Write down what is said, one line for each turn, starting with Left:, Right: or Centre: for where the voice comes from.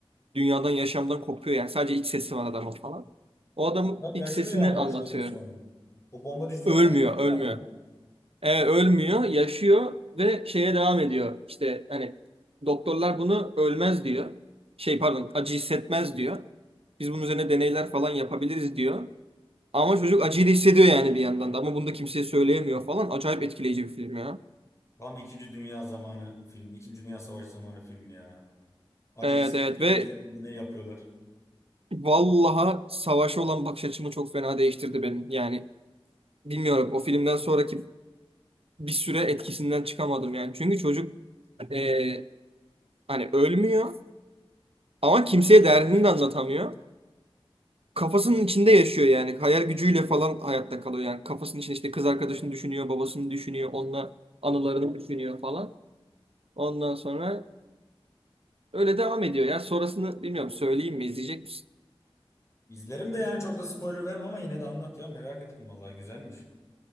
Right: Dünyadan, yaşamdan kopuyor yani. Sadece iç sesi var adamın falan. O adamın
Left: Adam
Right: iç
Left: yaşıyor
Right: sesini
Left: yani
Right: anlatıyor.
Left: o şeyden sonra. O bomba düştükten
Right: Ölmüyor,
Left: sonra yaşıyor
Right: ölmüyor.
Left: hala.
Right: E, ölmüyor, yaşıyor ve şeye devam ediyor. İşte hani doktorlar bunu ölmez diyor. Şey pardon, acı hissetmez diyor. Biz bunun üzerine deneyler falan yapabiliriz diyor. Ama çocuk acıyı da hissediyor yani bir yandan da. Ama bunu da kimseye söyleyemiyor falan. Acayip etkileyici bir film ya.
Left: Tam İkinci Dünya zamanı film. İkinci Dünya Savaşı zamanı film ya. Acı
Right: Evet
Left: hissetmiyordu
Right: evet ve
Left: izledim de ne yapıyorlar.
Right: vallaha savaşa olan bakış açımı çok fena değiştirdi benim. Yani bilmiyorum o filmden sonraki bir süre etkisinden çıkamadım yani. Çünkü çocuk e, hani ölmüyor ama kimseye derdini de anlatamıyor. kafasının içinde yaşıyor yani. Hayal gücüyle falan hayatta kalıyor yani. Kafasının içinde işte kız arkadaşını düşünüyor, babasını düşünüyor, onunla anılarını düşünüyor falan. Ondan sonra öyle devam ediyor. Yani sonrasını bilmiyorum söyleyeyim mi, izleyecek misin?
Left: İzlerim de yani çok da spoiler vermem ama yine de anlat ya. Merak ettim vallahi güzelmiş.